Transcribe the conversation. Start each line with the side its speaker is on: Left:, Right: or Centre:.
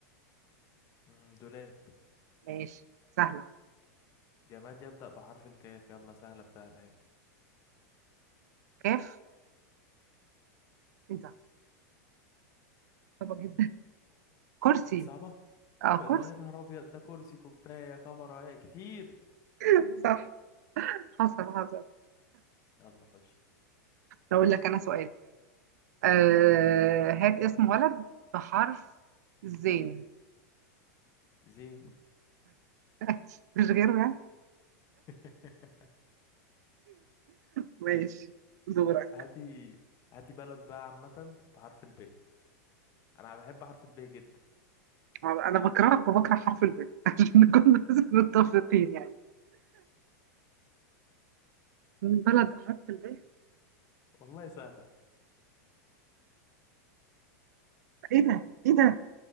Left: مم، دولاب
Right: ماشي سهلة
Left: جماد يبدأ بحرف الكاف يلا سهلة بسهلة اهي
Right: كاف ايه ده صعبة جدا كرسي
Left: دي صعبة
Right: اه
Left: كو-
Right: كرسي
Left: ده يا نهار ابيض ده كرسي كوباية كاميرا ايه كتير
Right: صح حصل حصل
Left: يلا خش
Right: اقول لك انا سؤال آه هات اسم ولد بحرف الزين
Left: زين
Right: <laughs> مش غيره يعني
Left: <laughs>
Right: ماشي دورك
Left: هاتي هاتي بلد بقى عامة بحرف الب انا بحب حرف الب جدا
Right: انا بكرهك وبكره حرف الباء <laughs> عشان نكون بس متفقين يعني من بلد بحرف الباء
Left: والله سهلة
Right: ايه ده ايه ده